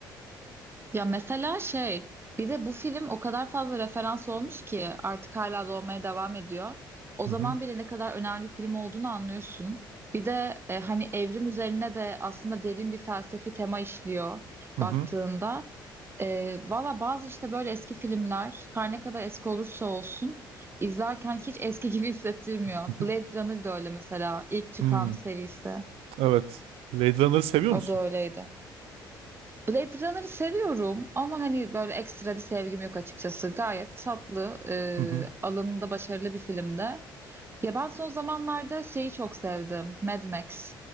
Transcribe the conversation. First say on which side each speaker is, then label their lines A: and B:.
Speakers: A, on the right (about 20°); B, on the right (about 60°).
A: Ya mesela şey bir de bu film o kadar fazla referans olmuş ki artık hala da devam ediyor. O
B: Hı
A: zaman
B: hı.
A: bile ne kadar önemli bir film olduğunu anlıyorsun. Bir de e, hani evrim üzerine de aslında derin bir felsefi tema işliyor
B: Hı
A: baktığında.
B: hı.
A: E, valla bazı işte böyle eski filmler her ne kadar eski olursa olsun izlerken hiç eski gibi hissettirmiyor.
B: Hı
A: Blade
B: hı.
A: Runner da öyle mesela ilk çıkan
B: Hmm,
A: serisi.
B: Evet. Blade Runner'ı seviyor
A: O
B: musun?
A: da öyleydi. Blade Runner'ı seviyorum ama hani böyle ekstra bir sevgim yok açıkçası. Gayet tatlı, e,
B: Hı hı.
A: alanında başarılı bir filmde. Ya ben son zamanlarda şeyi çok sevdim. Mad Max,